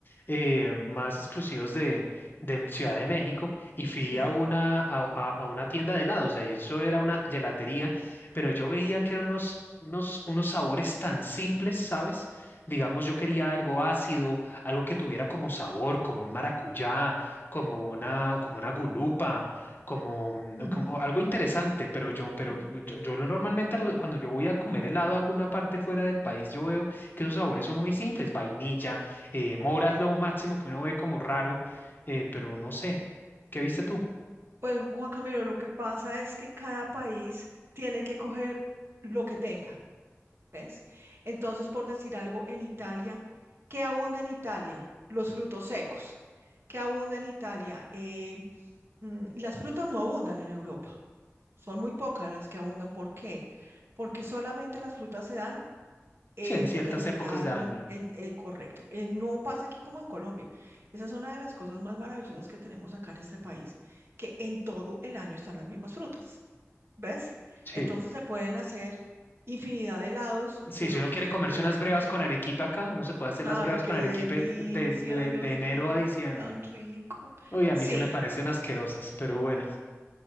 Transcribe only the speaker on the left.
eh, más exclusivos de, de Ciudad de México, y fui
a una, a, a- a una tienda de helados, de hecho era una gelatería, pero yo veía que eran unos, unos, unos sabores tan simples, ¿sabes? Digamos, yo quería algo ácido, algo que tuviera como sabor, como un maracuyá, como una, como una gulupa. Como, mm,
como algo interesante, pero yo, pero
yo, yo normalmente lo- cuando yo voy a comer helado a alguna parte fuera del país, yo veo que sus sabores son muy simples, vainilla, eh, mora es lo máximo que uno ve como raro, eh, pero no sé. ¿Qué viste tú?
Sí, en ciertas
épocas de año.
Sí.
Sí,
si
uno
quiere comerse
unas
brevas
con arequipe
acá, uno se puede hacer
las brevas
con
arequipe del- de,
de enero
a diciembre.
Uy, a
mí sí me parecen
asquerosas, pero bueno.